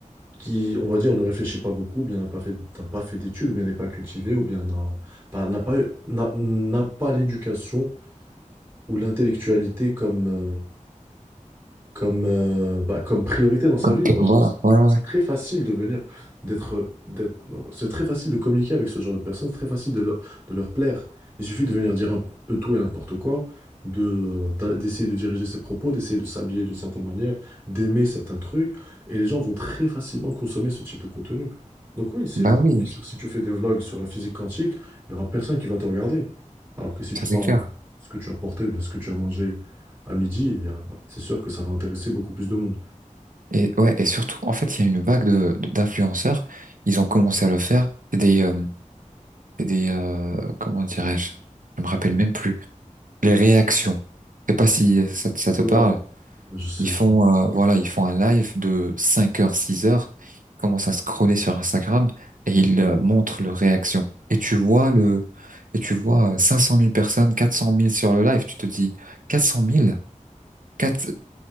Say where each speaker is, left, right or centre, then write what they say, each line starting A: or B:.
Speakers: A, on the right (about 20°); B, on the right (about 85°).
A: qui, on va dire, ne réfléchit pas beaucoup, ou bien n'a pas fait, n'a pas fait d'études, ou bien n'est pas cultivé, ou bien n'a bah, n'a pas, eu- n'a n'a pas l'éducation ou l'intellectualité comme, euh, comme, heu, bah, comme priorité dans sa
B: Comme
A: vie
B: que-
A: parce
B: voilà.
A: que c'est
B: Ouais, ouais,
A: c'est
B: ouais.
A: très facile de venir d'être, heu, d'être non, c'est très facile de communiquer avec ce genre de personnes, c'est très facile de leur de leur plaire. Il suffit de venir dire un peu tout et n'importe quoi, de, heu, d'a d'essayer de diriger ses propos, d'essayer de s'habiller d'une certaine manière, d'aimer certains trucs et les gens vont très facilement consommer ce type de contenu. Donc oui, c'est
B: Bah
A: Mmh
B: oui,
A: bien sûr, si tu fais des vlogs sur la physique quantique, il y aura personne qui va te regarder. Alors que si tu
B: ça
A: parles
B: c'est clair.
A: de ce que tu as porté ou bien ce que tu as mangé à midi, c'est sûr que ça va intéresser beaucoup plus de monde.
B: Et ouais, et surtout, en fait, il y a une vague de, de- d'influenceurs. Ils ont commencé à le faire. C'est des, euh, c'est des, euh, comment dirais-je? Je me rappelle même plus. Les réactions. Je sais pas si euh, ça, te- ça te
A: Ouais,
B: parle.
A: je sais,
B: Ils font,
A: je-
B: euh, voilà, ils font un live de 5 heures, 6 heures, ils commencent à scroller sur Instagram et ils euh, montrent leur réaction. Et tu vois le, et tu vois euh, cinq cent mille personnes, quatre cent mille sur le live, tu te dis quatre cent mille Quatre-